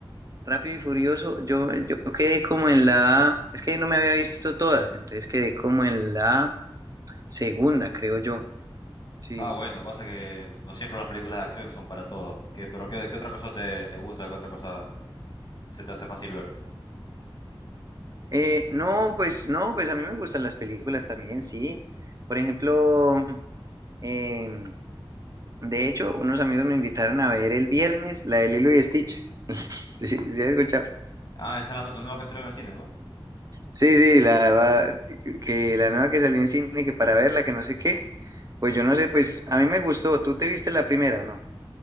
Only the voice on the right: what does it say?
Rápido y Furioso. Yo, yo quedé como en la. Es que no me había visto todas, entonces quedé como en la segunda, creo yo. Sí.
Eh, no, pues no, pues a mí me gustan las películas también, sí. Por ejemplo, em, De hecho, unos amigos me invitaron a ver el viernes la de Lilo y Stitch. <laughs> Sí, sí, sí, escuchado.
Sí, sí, la, va- que la nueva que salió en cine, que para verla, que no sé qué. Pues yo no sé, pues a mí me gustó. ¿Tú te viste la primera o no?